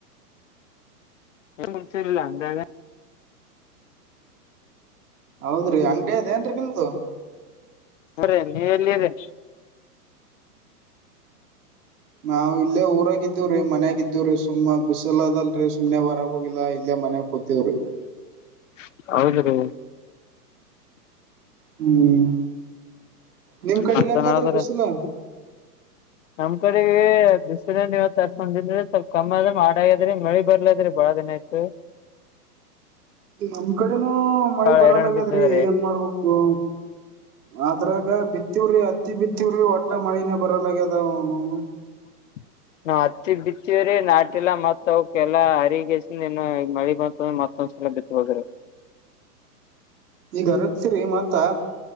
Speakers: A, on the left (about 50°); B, on the right (about 70°).
A: ಏನ್ ವಿಚರಲ್ಲ ಎಂದೆ
B: ಹೌದ್ರಿ ಅಂಗಗೆ ಅದೇನ್ರಿ ನಿಮ್ದು
A: ಅರೆೇ ನೀವೆ ಎಲ್ಲಿದೆ
B: ನಾವವು ಇಲ್ಲೇ ಊರಾಗಿದ್ದೀವ ಮನ್ಯಾಗ ಇದ್ದಿವವ್ರೀ ಸುಮ್ಮ್ ಬಿಸಲ ಅದಲ್ರರಿ ಸುಮ್ನೆ ಹೊರಗ ಹೋಗಿಲ್ಲಾ ಇಲ್ಲೇ ಮನ್ಯಾಗ ಕೂತಿವ್ರಿ
A: <inaudible> ಹ್ಮ
B: ಹ್ಮ್ ನಿಮ್ ಕಡೆಗೆ
A: ಮತ್ತೇನ್
B: ಹೆಂಗಾದ್ರೆ
A: ಹೇಳದ್ರಿ
B: ಬಿಸಿಲು
A: ನಮ್ ಕಡೆಗೆ ಬಿಸಿಲನ್ ಇವತ್ತು ತಟ್ಕಂದಿದ್ರೆ ಸ್ವಲ್ಪ ಕಮ್ಮ ಆದ ಮಾಡ ಆಾದ್ರೆ ಮಳಿ ಬರ್ಲಾದ್ರಿ ಬಾಳ ದಿನೈತ್
B: ನಮ್ ಕಡೆನೂ ಮಳಿ ಬರಲಗ್ಯದ್ರಿ
A: ಹೈರಾಣ ಬಿದ್ದದ್ರಿ
B: ಏನ್ ಮಾಡ್ಬೇಕು ಅದ್ರಾಗ ಬಿತ್ತವ್ರಿ ಅತ್ತಿ ಬಿತ್ತವ್ರಿ ಒಟ್ಟ ಮಳಿನ ಬರಲಾಗ್ಯದನು
A: <inaudible> ನಾವ್ ಹತ್ತಿ ಬಿತ್ತವ್ರೀ ನಾಟೆಲ್ಲಾ ಮತ್ ಅವ ಕೆಲ್ಲಾ ಹರಗಸನು ಮಳಿ ಬಂತ್ರ ಮತ್ ಸಲಭ್ಯತೆ ಹೋಗರೆ
B: ಈಗ ಅರಕ್ಸರಿ ಮತ್ತ